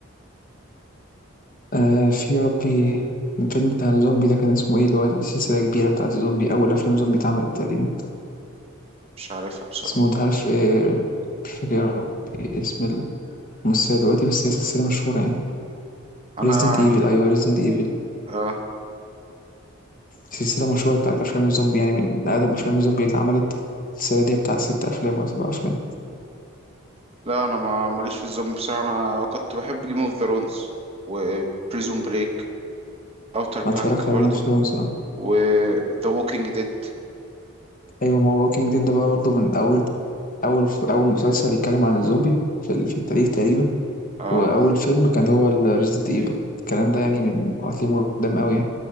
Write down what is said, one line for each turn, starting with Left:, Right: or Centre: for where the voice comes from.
Left: آه في يا ربي الفيلم بتاع الزومبي ده كان اسمه ايه اللي هو السلسلة الكبيرة بتاعت الزومبي أول أفلام زومبي اتعملت تقريبا
Right: مش عارفها بصراحه
Left: اسمه ده عارف ايه مش فاكر يا ربي اسم الممثلة دلوقتي بس هي سلسلة مشهورة يعني
Right: انا
Left: ريزيدنت ايفل أيوه ريزيدنت ايفل
Right: اه
Left: سلسلة مشهورة بتاعت أفلام الزومبي يعني من أقدم أفلام الزومبي اتعملت السلسلة دي بتاع ست أفلام ولا سبع أفلام
Right: لا انا ما ماليش في الزومبي بصراحه انا كنت بحب جيم اوف ذا رونز وبريزون بريك اوتر
Left: أنا اتفرجت
Right: بانك برضو
Left: على جيم اوف ثرونز اه
Right: وذا ووكينج ديد
Left: أيوه ما هو ووكينج ديد ده بقى برضه من أول أول أول مسلسل يتكلم عن الزومبي في في التاريخ تقريبا
Right: اه
Left: واول فيلم كان هو ريزيدنت ايفل الكلام ده يعني من هتلاقيه قدام قوي يعني